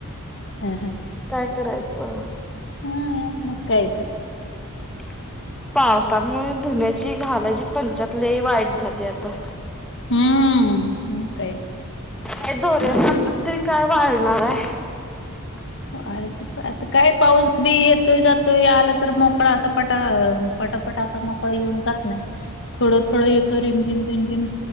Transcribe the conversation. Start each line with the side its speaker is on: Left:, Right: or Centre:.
Left: हा हा
Centre: काय करायचं.
Left: हं मग काय तर
Centre: <unintelligible> पावसामुळे धुन्याची घालायची पंचात लई वाईट झाली आता.
Left: हम्म मग काय
Centre: हे दोऱ्या
Left: आता
Centre: बांधून तरी काय वाळणार आहे. <inaudible>
Left: वाळ तर आता काय पाऊस बी येतोय जातोय आला तर मोकळा असा पटा पटा पटा अस मोकळ येऊन जात नाय थोडं थोडं येतो रिमझिम रिमझिम.